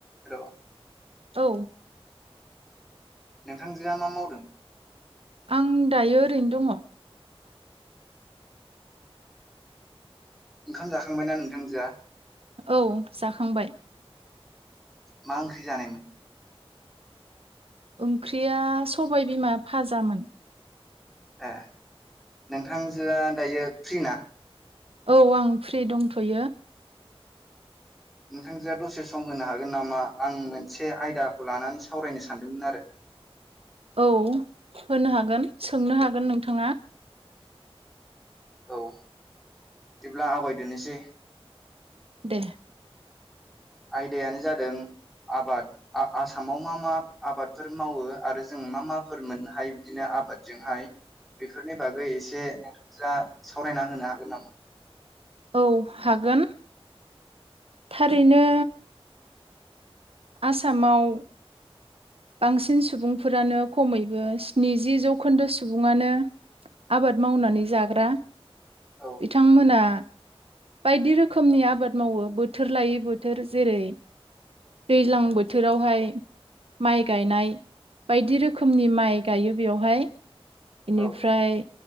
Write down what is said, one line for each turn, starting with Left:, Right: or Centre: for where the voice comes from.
Centre: हेल'
Right: औ
Centre: नोंथांजोआ मा मावदों?
Right: आं दायो ओरैनो दङ'।
Centre: ओंखाम जाखांबायना नोंथांजोआ?
Right: औ जाखांबाय।
Centre: मा ओंख्रि जानाय मोन?
Right: ओंख्रिया सबायबिमा फाजामोन।
Centre: ए नोंथांजोआ दायो फ्रि ना?
Right: औ आं फ्रि दंथ'यो।
Centre: नोंथांजोआ दसे सम होनो हागोन नामा आं मोनसे आयदाखौ लानानै सावरायनो सानदोंमोन आरो।
Right: औ होनो हागोन सोंनो हागोन नोंथाङा।
Centre: औ बिदिब्ला आवगायदोनोसै
Right: दे
Centre: आयदायानो जादों आबाद आसामाव मा मा आबादफोर मावो आरो जों मा माफोर मोननो हायो बिदिनो आबादजोंहाय बेफोरनि बागै एसे जा सावरायना होनो हागोन नामा?
Right: औ हागोन थारैनो आसामाव बांसिन सुबुंफोरानो खमैबो स्निजि जौखोन्दो सुबुङानो आबाद मावनानै जाग्रा।
Centre: औ
Right: बिथांमोना बायदि रोखोमनि आबाद मावो बोथोर लायै बोथोर जेरै दैज्लां बोथोरावहाय माइ गायनाय बायदि रोखोमनि माइ गायो बेयावहाय। इनिफ्राय
Centre: औ